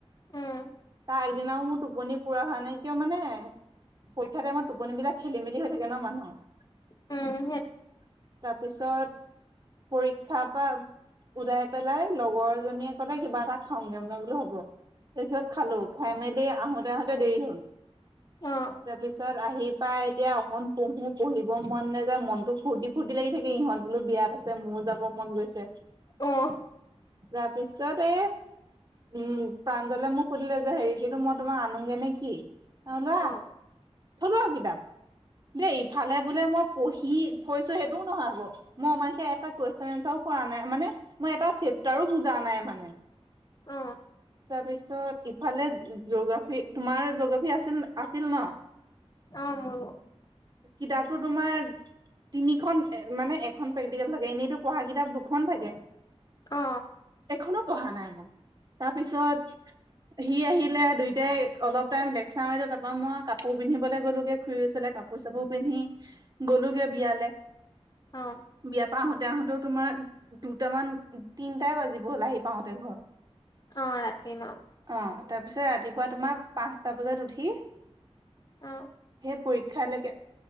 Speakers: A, on the left; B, on the right.
A: উম,
B: তাই দিনাও মোৰ টোপনি পুৰা হোৱা নাই কিয় মানে পৰীক্ষা টাইমত টোপনিবিলাক খেলি মেলি হৈ থাকে ন মানুহ? <inaudible>
A: উম, সেই
B: তাৰপিছত পৰীক্ষা পৰা উলাই পেলাই লগৰ জনীয়ে কলে কিবা খাওঁগে মই বলো হ'ব, তাৰ পিছত খালো খাই মেলি আহোতে আহোতে দেৰি হল।
A: অ',
B: তাৰপিছত আহি পাই এতিয়া অকন পঢ়ো পঢ়ি মন নাযায় মনতো ফূৰ্তি ফূৰ্তি লাগি থাকে ইহঁত বোলো বিয়াত আছে মোৰো যাব মন গৈছে।
A: অ।
B: তাৰপিছতে উম প্ৰাঞ্জলে মোক সুধিলে যে হেৰি কিটো মই তোমাক আনোগে নে কি? <inaudible>
A: অ।
B: থলো আও কিতাপ। দেই ইফালে বোলে মই পঢ়ি থৈছো সেইটোও নহয় আকৌ। মই মানে সেই এটা কুৱেশন এনচাৰো কৰা নাই, মানে মই এটা চেপ্তাৰো বুজা নাই মানে।
A: অ।
B: তাৰপিছত ইফালে জিঅ'গ্ৰাফী, তোমাৰ জিঅ'গ্ৰাফী আছিল আছিল ন?
A: অ মোৰো।
B: কিতাপটো তোমাৰ- তিনিখন মানে এখন প্ৰেক্টিকেল থাকে এনেইতো পঢ়া কিতাপ দুখন থাকে।
A: অ।
B: এখনো পঢ়া নাই মই, তাৰপিছত সি আহিলে দুইটাই অলপ টাইম লেকচাৰ মাৰিলো তাৰাপা মই কাপোৰ পিন্ধিবলে গ'লোগে খুৰি ওচৰলে কাপোৰ কাপোৰ চাপুৰ পিন্ধি গলোঁ গে বিয়ালে।
A: অ।
B: বিয়াৰ পৰা আহোতে আহোতেও তোমাৰ দুটামান তিনটাই বাজিব হ'ল আহি পাওতে ঘৰ।
A: অ ৰাতি ন?
B: অ তাৰপিছত ৰাতিপুৱা তোমাৰ পাঁচটা বজাত উঠি সেই
A: অ',
B: পৰীক্ষালেকে